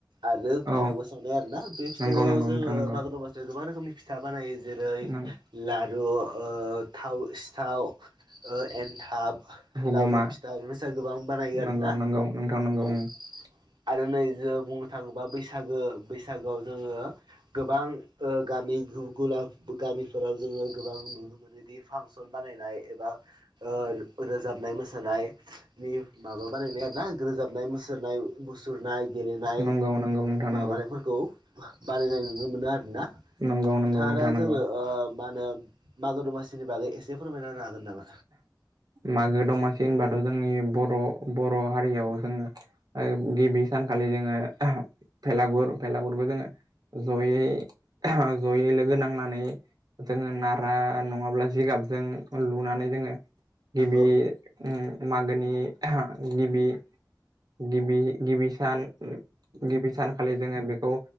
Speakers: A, on the right (about 85°); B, on the right (about 60°).
A: आरो भेलागुर
B: औ
A: सावनाय आरोना बे फिथाइाव
B: नंगौ नंगौ
A: जोंङो
B: नोंथां नंगौ
A: मागो दमासियाव गोबां रोखोमनि फि फिथा बानायो जेरै
B: नंगौ
A: लारु ओ थाव सिथाव ओ एन्थाब
B: हुगुमा
A: लावदुम फिथा बेफोर सा गोबां बानायो
B: नंगौ
A: आरोना
B: नंगौ नोंथां
A: औ
B: <unintelligible>
A: आरो नै जों बुंनो थांङोबा बैसागो बैसागोआव जोंङो गोबां ओ गामि गुला गामिफोराव जोंङो गोबां नुनो मोनोदि फांसन बानायनाय बा ओ रोजाबनाय मोसानाय नि माबा बानायनाय आरो ना रोजाबनाय मुसुरनाय मुसुरनाय गेलेनाय
B: नंगौ नंगौ नोंथां
A: माबानायफोरखौ
B: नंगौ
A: बानायनाय नुनो मोनो आरोना नोंथांङा
B: नंगौ नंगौ नोंथां
A: दा जोंनो
B: नंगौ
A: ओ मा होनो मागो दमासिनि बागै एसे फोरमायना होनो हागोन नामा?
B: मागो दमासि होनबाथ' जोंनि बर' बर' हारियाव जोंङो गिबि सानखालि जोंङो भेलागुर भेलागुरबो जोंङो जयै-जयै लोगो नांनानै। जोंङो नारा नंङाब्ला जिगाबजों लुनानै। जोंङो गिबि
A: औ
B: उम। मागोनि गिबि-गिबि गिबिसिन। सान गिबि सानखालि जोंङो बेखौ